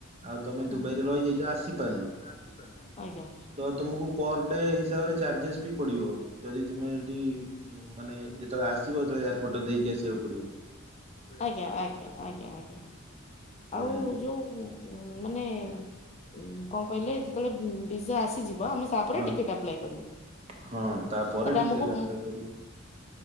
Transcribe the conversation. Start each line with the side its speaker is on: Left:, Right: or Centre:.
Right: ଆଉ ତମେ
Left: ହୁଁ
Right: ଦୁବାଇରେ ରହିଯାଇଛ ଆସିପାରିନ
Left: <unintelligible> ଆଜ୍ଞା।
Right: ତ ତୁମକୁ ପର ଡେ ହିସାବରେ ଚାର୍ଜେସ୍ ବି ପଡ଼ିବ ଯଦି ତୁମେ ସେଠି ହୁଁ ମାନେ ଯେତେବେଳେ ଆସିବ ସେତେବେଳେ ଏୟାରପୋର୍ଟ ଦେଇକି ଆସିବାକୁ ପଡ଼ିବ।
Left: ଆଜ୍ଞା ଆଜ୍ଞା ଆଜ୍ଞା ଆଜ୍ଞା
Right: ହୁଁ
Left: ଆଉ ଯୋଉ ଉ ମାନେ ଉ କଣ କହିଲେ ଯେତେବେଳେ ଭିଜା ଆସିଯିବ ଆମେ ତାପରେ
Right: ହଁ
Left: ଟିକେଟ ଆପଲୟ କରିବୁ
Right: ହଁ
Left: ତାପରେ
Right: ଟିକେଟ୍
Left: ଆମକୁ
Right: ଆପ୍ଲାଏ କରିବି